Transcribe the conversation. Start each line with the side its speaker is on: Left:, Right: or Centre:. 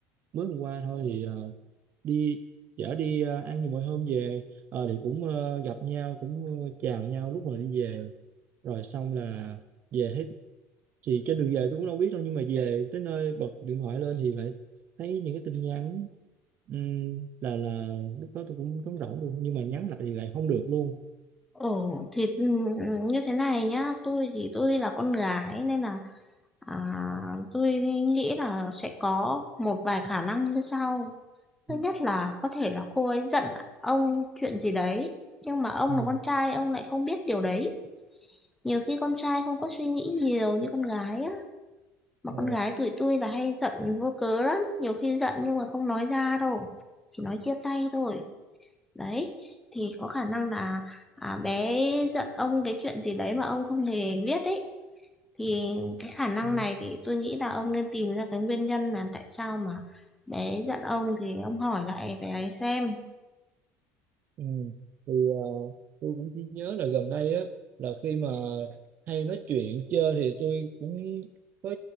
Right: mới hôm qua thôi thì ờ, đi chở đi ờ, ăn như mọi hôm về Ờ, thì cũng ờ, gặp nhau cũng ờ, chào nhau lúc mà đi về rồi xong là về thấy thì trên đường về tôi cũng đâu biết đâu nhưng mà về tới nơi bật điện thoại lên thì lại thấy những cái tin nhắn Ừm, là là lúc đó tôi cũng trống rỗng luôn nhưng mà nhắn lại thì lại không được luôn
Centre: Ồ thì ừ, như thế này nhá, tôi thì tôi là con gái nên là À, tôi nghĩ là sẽ có một vài khả năng như sau. Thứ
Right: Ừ.
Centre: nhất là có thể là cô ấy giận ông chuyện gì đấy, nhưng mà ông
Right: Ừm.
Centre: là con trai, ông lại không biết điều đấy. Nhiều khi con trai không có suy nghĩ nhiều như con gái á, mà
Right: Ờ,
Centre: con gái tụi tôi là hay giận vô cớ lắm, nhiều khi giận nhưng mà không nói ra đâu, chỉ nói chia tay thôi. Đấy, thì có khả năng là à, bé giận ông cái chuyện gì đấy mà ông không hề biết đấy thì cái khả năng
Right: ừ.
Centre: này thì tôi nghĩ là ông nên tìm ra cái nguyên nhân là tại sao mà bé ấy giận ông thì ông hỏi lại bé ấy xem
Right: Ừ. Thì ờ, tôi cũng chỉ nhớ là gần đây á là khi mà hay nói chuyện chơi thì tôi cũng có